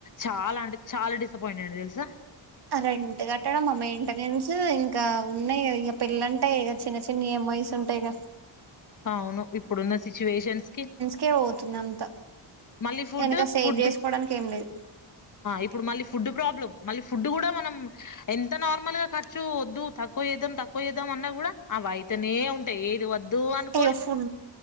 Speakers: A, on the left; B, on the right.
A: చాలా అంటే చాలా డిసప్పయింట్ అయిన తెలుసా
B: రెంట్ కట్టడం మా మెయింటెనెన్స్ ఇంకా ఉన్నాయి ఇక పెళ్ళంటె ఇక చిన్న చిన్నఎంఐస్ ఉంటాయి గా
A: అవును ఇప్పుడున్న సిచ్యువేషన్స్ కి
B: కే పోతుంది అంతా
A: మళ్ళీ ఫుడ్
B: వెనక సేవ్
A: ఫుడ్
B: చేసుకోవడానికి ఏం లేదు
A: ఇప్పుడు అ మళ్ళీ ఫుడ్ ప్రాబ్లమ్ మళ్ళీ ఫుడ్ కూడా మనం ఎంత నార్మల్గా గా ఛూ వద్దు తక్కువ వచేద్దాం తక్కువచేద్దాం అన్నా కూడా అవియితనే ఉంటాయి ఏది వద్దు అను
B: ఇక ఫుడ్